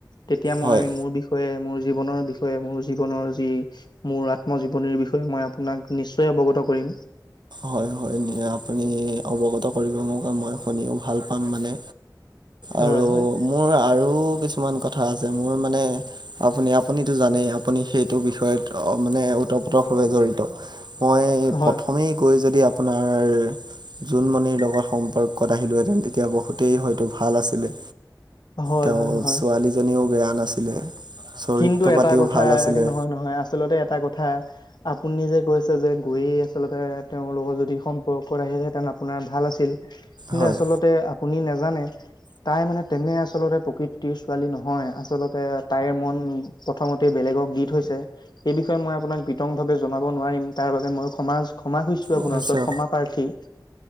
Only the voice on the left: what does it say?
তেতিয়া মই
মোৰ বিষয়ে মোৰ জীৱনৰ বিষয়ে মোৰ জীৱনৰ যি মোৰ আত্মজীৱনীৰ বিষয়ে মই আপোনাক নিশ্চয় অৱগত কৰিম।
হয় হয়
হয়
হয়
হয় হয়
কিন্তু এটা
কথা
নহয় নহয় আচলতে এটা কথা আপুনি যে কৈছে যে গৈ আচলতে তেওঁৰ লগত যদি সম্পৰ্কত আহিলেহেঁতেন। আপ- আপোনাৰ ভাল আছিল, কিন্তু
আচলতে আপুনি নাজানে তাই মানে তেনে আচলতে প্ৰকৃতিৰ ছোৱালী নহয় আচলতে তাইৰ মন প্ৰথমতে বেলেগক দি থৈছে সেই বিষয়ে মই আপোনাক বি- তং ভাৱে জনাব নোৱাৰিম তাৰ বাবে মই ক্ষমাজ ক্ষমা হৈছো আপোনাৰ
ওচৰত ক্ষমা প্ৰাৰ্থী।